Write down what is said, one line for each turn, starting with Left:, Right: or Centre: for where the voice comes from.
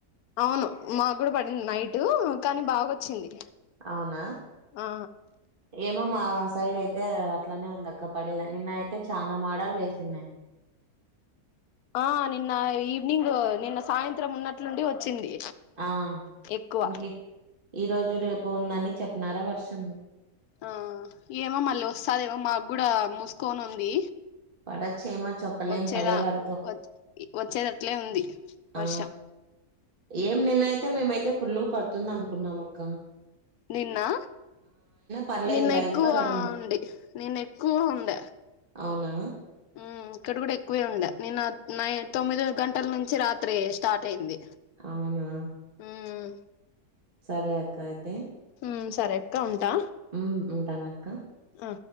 Left: అవును మా గుడ పడింది నైట్ అటు కానీ బాగొచ్చింది
Right: అవునా
Left: ఆ
Right: ఏమో మా సైడ్ అయితే అట్లనే ఉంది అక్క పడేదా నిన్న అయితే చాన మాడలు ఎసిన్య
Left: ఆ నిన్నా ఈవినింగ్ నిన్న సాయంత్రం ఉన్నట్లుండి వచ్చింది.
Right: ఆ
Left: ఎక్కువ
Right: ఇంకే ఈ రోజు రేపు ఉందని చెప్పినారా వర్షము.
Left: ఆ ఏమో మళ్ళీ వస్తాదేమో మా గుడా మూస్కోన్ ఉంది.
Right: పడచ్చేమో చెప్పలేం
Left: వచ్చేదా
Right: పడే వరకు
Left: వచ్ వచ్చేదట్లే ఉంది
Right: ఆ
Left: వర్షం.
Right: ఏం నిన్నైతే మేమైతే ఫుల్లుగు పడ్తుందనుకున్నాం అక్కా
Left: నిన్నా?
Right: పర్లేదు
Left: నిన్న
Right: లైట్
Left: ఎక్కువా
Right: గా పడింది
Left: ఉండి నిన్న ఎక్కువ ఉండ
Right: అవునా
Left: మ్ ఇక్కడ గుడా ఎక్కువే ఉండ నిన్న నై తొమ్మిది గంటల్ నుంచి రాత్రి స్టార్ట్ అయింది.
Right: అవునా
Left: ఉమ్
Right: సరే అక్క అయితే
Left: మ్ సరే అక్క ఉంటా.
Right: మ్ ఉంటానక్క.
Left: అ